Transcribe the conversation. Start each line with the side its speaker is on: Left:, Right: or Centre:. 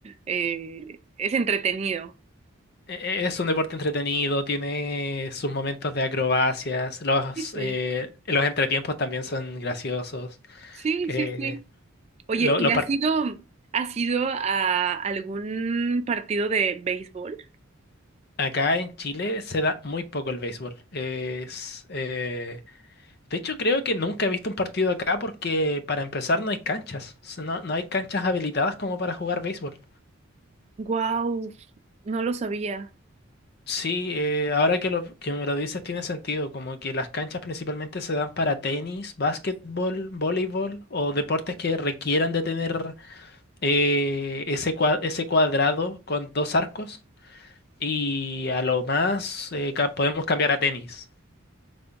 Right: Eh, es entretenido.
Left: E- e- Es un deporte entretenido, tiene sus momentos de acrobacias, los,
Right: Sí, sí,
Left: eh, los entretiempos también son graciosos.
Right: sí,
Left: eh,
Right: sí, sí. Oye,
Left: lo-
Right: ¿y
Left: los
Right: has
Left: partidos
Right: ido, has ido a algún partido de béisbol?
Left: Acá en Chile se da muy poco el béisbol. Es, eh, de hecho, creo que nunca he visto un partido acá porque para empezar no hay canchas. O sea, No, no hay canchas habilitadas como para jugar béisbol.
Right: Wow, no lo sabía.
Left: Sí, eh, ahora que, lo, que me lo dices tiene sentido, como que las canchas principalmente se dan para tenis, básquetbol, voleibol o deportes que requieran de tener eh, ese, cua- ese cuadrado con dos arcos y a lo más eh, ca- podemos cambiar a tenis.